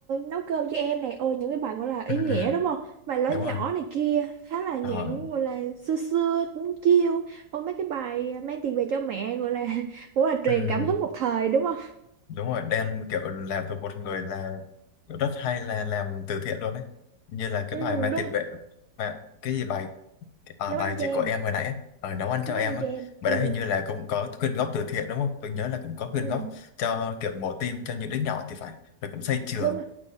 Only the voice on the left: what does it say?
ừ,
ừ,
đúng
rồi
ờ,
ừ,
đúng rồi đen kiểu làm thuộc một người là kiểu rất hay là làm từ thiện luôn đấy như là cái
bài mang
tiền
vệ mà cái gì bài à,
bài
chị
của em hồi nãy á, ờ, nấu ăn cho
em
á
bài
đấy hình như là cũng có quyên góp từ thiện đúng không tôi nhớ là cũng có quyên
góp cho kiểu mổ tim cho những đứa nhỏ thì phải rồi cũng xây trường